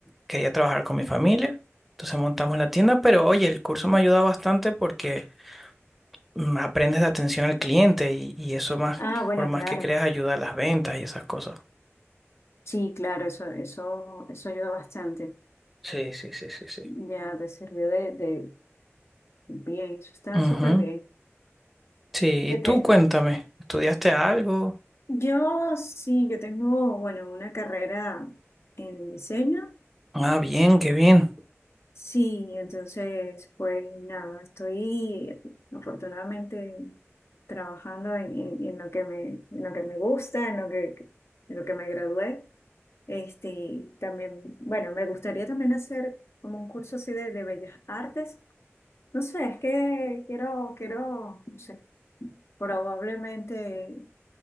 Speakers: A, in the centre; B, on the left.
A: quería trabajar con mi familia, entonces montamos la tienda, pero oye, el curso me ha ayudado bastante porque mm, aprendes de atención al cliente y, y eso más,
B: Ah, bueno,
A: por más
B: claro.
A: que creas, ayuda a las ventas y esas cosas.
B: Sí, claro, eso, eso, eso ayuda bastante.
A: Sí, sí, sí, sí, sí.
B: Ya te sirvió de, de, Bien, eso está
A: Ujú.
B: súper bien.
A: Sí,
B: ¿Qué
A: y tú
B: te?
A: cuéntame, ¿estudiaste algo?
B: Yo sí, yo tengo, bueno, una carrera en diseño.
A: Ah, bien, qué bien.
B: Sí, entonces, pues nada, estoy afortunadamente trabajando en, en- en lo que me, en lo que me gusta, en lo que, en lo que me gradué. Este, también, bueno, me gustaría también hacer como un curso así de, de bellas artes. No sé, es que quiero, quiero, no sé, probablemente.